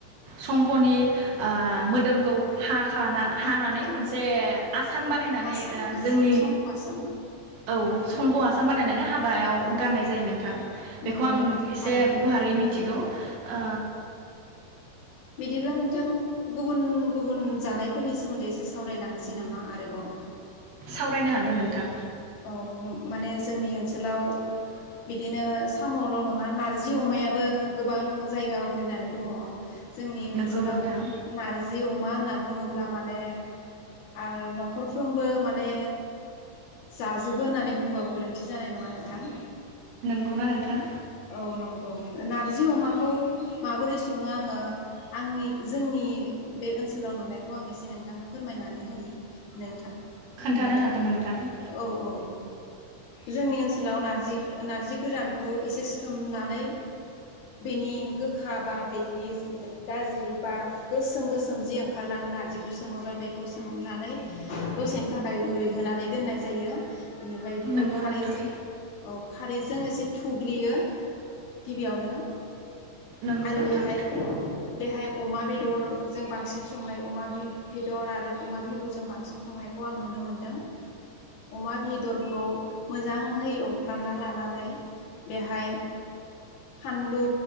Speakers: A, on the right; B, on the left.
A: संखनि मोदोमखौ हा
B: साख'ना
A: हानानै मोनसे आसान बानायनानै
B: आसान बानायनाय
A: जोंनि
B: संख' आसान
A: औ संख' आसान सान बानायनानै हाबायाव गाननाय जायो नोंथां बेखौ
B: नंगौ
A: आं
B: नोंथां
A: एसे
B: थारैनो
A: गुवारै मिथिगौ।
B: सैथो
A: बा
B: बिदिब्ला नोंथां गुबुन गुबुन जानायफोरनि सोमोन्दै एसे सावरायलांनोसै नामा? आरोबाव
A: सावरायनो हागोन नोंथां
B: औ माने जोंनि ओनसोलाव बिदिनो साम'ल' नङा नारजि अमायाबो गोबां जायगा आवग्रिनानै दङ जोंनि
A: नंगौ
B: ओनसोलाव
A: नोंथां
B: नारजि अमा होननानै बुङोब्ला माने आरो न'खरफ्रोमबो माने जाजोबो होननानै बुंबाबो गोरोन्थि जानाय नङा नोंथां
A: नंगौना नोंथां?
B: औ नंगौ नारजि अमाखौ माबोरै सङो आङो आंनि जोंनि बे ओनसोलाव नुनायखौ आं एसे नोंथांनो फोरमायनानै होनि नोंथां
A: खोन्थानो
B: नोंथाङा
A: हागोन नोंथां
B: औ औ जोंनि ओनसोलाव नारजि नार्जि गोरानखौ एसे सोमनानै बेनि गोखा बा बेनि गाज्रि बा गोसोम गोसोम जि ओंखारलाङो नार्जिखौ सोमोबा बेखौ सोमनानै दसेनि थाखाय रुइहोनानै दोननाय जा जायो बेनिफ्राय बेखौ
A: नंगौ
B: खारैजों
A: नोंथां
B: औ खारैजों एसे थुग्लियो गिबियावनो
A: नंगौ
B: आरो
A: नोंथां
B: बेहाय बेहाय अमा बेदर जों बांसिन संनाय अमा बि बेदर आरो अमा बिबुजों बांसिन संनायखौ आं नुनो मोनदों। अमा बेदरखौ मोजांहै एवफ्रामना लानानै बेहाय फानलु